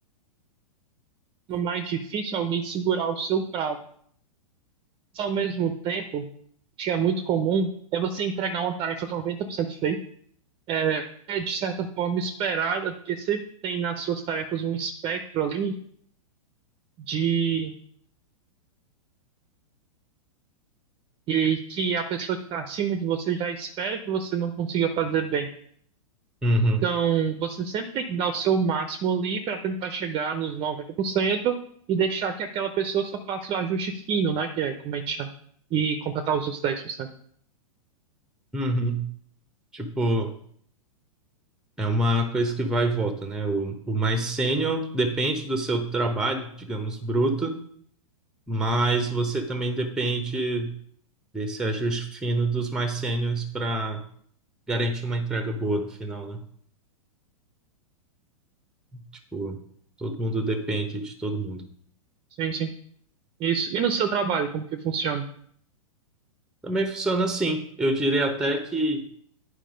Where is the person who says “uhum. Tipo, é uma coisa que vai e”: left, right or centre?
Centre